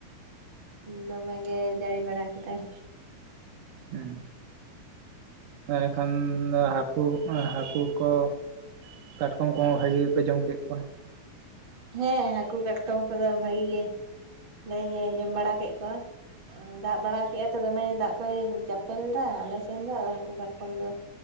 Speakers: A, on the right; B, on the right.
A: ᱫᱚᱢᱮ ᱜᱮ ᱡᱟᱹᱲᱤ ᱵᱟᱲᱟ ᱠᱮᱫᱟᱭ
B: ᱦᱮᱸ ᱮᱠᱷᱟᱱ ᱫᱚ ᱦᱟᱹᱠᱩ ᱦᱟᱹᱠᱩ ᱠᱚ ᱠᱟᱴᱠᱚᱢ ᱠᱚᱦᱚᱸ ᱵᱷᱟᱜᱮ ᱜᱮᱯᱮ ᱡᱚᱢ ᱠᱮᱫ ᱠᱚᱣᱟ
A: ᱦᱮᱸ ᱦᱟᱹᱠᱩ ᱠᱟᱴᱠᱚᱢ ᱠᱚᱫᱚ ᱵᱷᱟᱹᱜᱤ ᱜᱮ ᱞᱮ ᱡᱚᱢ ᱵᱟᱲᱟ ᱠᱮᱫ ᱠᱚᱣᱟ᱾ ᱫᱟᱜ ᱵᱟᱲᱟ ᱠᱮᱜᱟᱭ ᱛᱚ ᱫᱚᱢᱮ ᱫᱟᱜ ᱠᱚᱭ ᱪᱟᱯᱮᱞ ᱮᱫᱟ ᱟᱞᱮ ᱥᱮᱱ ᱫᱚ ᱟᱫᱚ ᱦᱟᱹᱠᱩ ᱠᱟᱴᱠᱚᱢ ᱫᱚ